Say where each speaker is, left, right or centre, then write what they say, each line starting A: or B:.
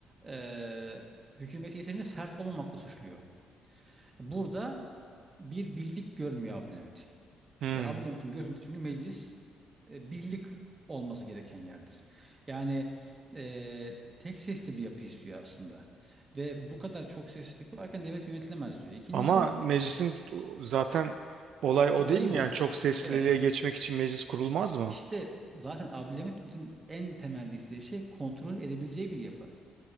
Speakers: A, on the right; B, on the right.
A: e, hükümeti yeterince sert olmamakla suçluyor. Burada bir birlik görmüyor Abdülhamit.
B: hı.
A: Ya Abu Levit'in gözünde çünkü meclis e, birlik olması gereken yerdir. Yani e, tek sesli bir yapı istiyor aslında. Ve bu kadar çok seslilik varken devlet yönetilemez diyor. İkincisi
B: Ama meclisin zaten olay o
A: olayı
B: değil mi?
A: bu.
B: Yani çok sesliliğe
A: Evet
B: geçmek için meclis kurulmaz mı?
A: işte zaten Abdülhamit'in en temel desteği şey kontrol edebileceği bir yapı.